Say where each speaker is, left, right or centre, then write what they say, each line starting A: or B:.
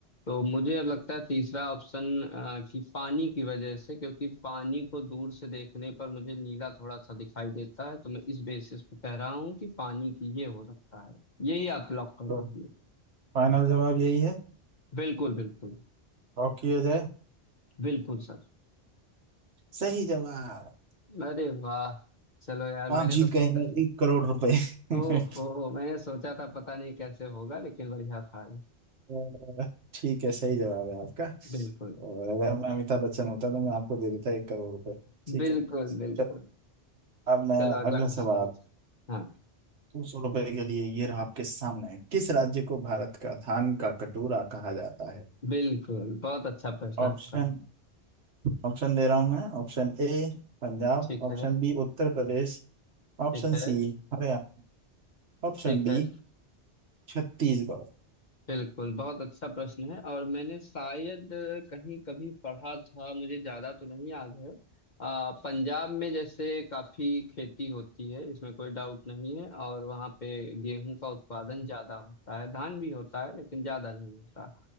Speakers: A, on the left; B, on the right.
A: तो मुझे अब लगता है तीसरा ऑप्शन कि पानी की वजह से क्योंकि पानी को दूर से देखने पर मुझे नीला थोड़ा सा दिखाई देता है तो मैं इस बेसिस पे कह रहा हूँ कि पानी की ये हो सकता है यही आप लॉक कर
B: तो
A: दीजिए
B: फाइनल जवाब यही है
A: बिल्कुल बिल्कुल
B: लॉक किया जाए
A: बिल्कुल सर
B: सही जवाब
A: अरे वाह चलो यार
B: आप
A: मैंने
B: जीत
A: तो सोचा
B: गए हैं एक करोड़ रुपए <laughs>
A: ओहो मैंने सोचा था पता नहीं कैसे होगा लेकिन बढ़िया था ये।
B: अ, ठीक है सही जवाब है आपका
A: बिल्कुल
B: और अगर मैं अमिताभ बच्चन होता तो मैं आपको दे देता एक करोड़ रुपए ठीक
A: बिल्कुल
B: है
A: बिल्कुल
B: चलो अब मैं
A: चलो अगला
B: अगला
A: क्वेश्चन
B: सवाल
A: कीजिए हाँ
B: दो सौ रुपए के लिए ये रहा आपके सामने किस राज्य को भारत का धान का कटोरा कहा जाता है
A: बिल्कुल बहुत अच्छा प्रश्न
B: ऑप्शन
A: आपका
B: ऑप्शन दे रहा हूं मैं Option A Punjab
A: ठीक
B: option
A: है
B: B Uttar Pradesh option
A: ठीक है
B: C Haryana option
A: ठीक
B: D
A: है
B: Chhattisgarh
A: बिल्कुल बहुत अच्छा प्रश्न है और मैंने शायद अ, कहीं कभी पढ़ा था मुझे ज्यादा तो नहीं याद है अ, पंजाब में जैसे काफी खेती होती है इसमें कोई डाउट नहीं है और वहाँ पे गेहूं का उत्पादन ज्यादा होता है धान भी होता है लेकिन ज्यादा नहीं होता